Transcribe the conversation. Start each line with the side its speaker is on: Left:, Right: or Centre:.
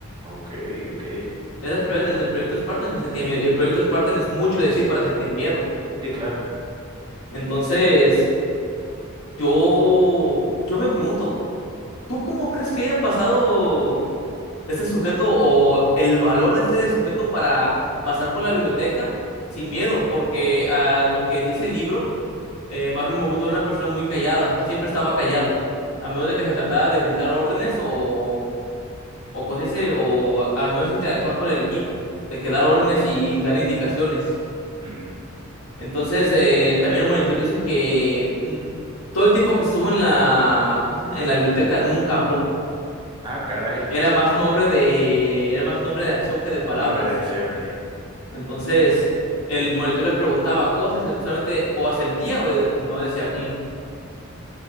Right: Ok, ok.
Left: es la primera vez desde el proyecto Spartan que sentía miedo, y el proyecto Spartan es mucho decir para sentir miedo,
Right: Sí, claro.
Left: entonces yo, yo me pregunto, ¿Tú cómo crees que haya pasado este sujeto o el valor de este sujeto para pasar por la biblioteca sin miedo? Porque a lo que dice el libro, eh, Maruin Mobuto era una persona muy callada, siempre estaba callado, a menos de que se tratara de gritar órdenes o, o, cosas así, o al menos interactuar con el equipo, de que dar
Right: Ok.
Left: órdenes y dar indicaciones.
Right: Ujú.
Left: Entonces, eh, también el monitor dice que mm, todo el tiempo que estuvo en la, ¿cómo se dice? en la biblioteca nunca habló
Right: Ah, caray.
Left: era más un hombre de, era más un hombre de acción que de palabras.
Right: Un nombre de acción. eh.
Left: Entonces, el monitor le preguntaba cosas, él solamente o asentía o eh, no decía, "Mm".